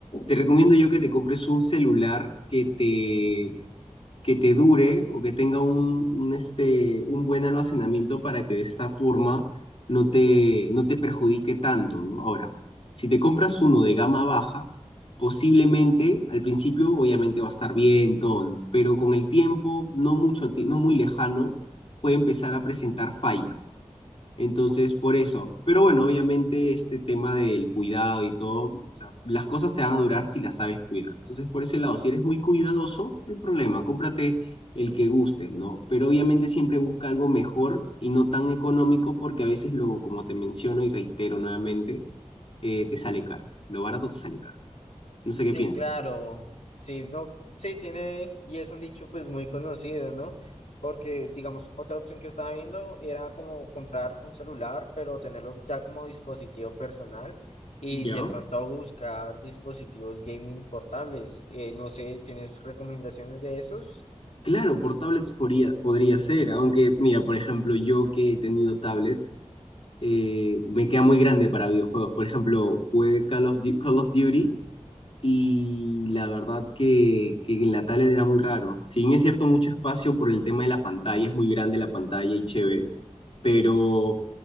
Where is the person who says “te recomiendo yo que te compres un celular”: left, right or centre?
Left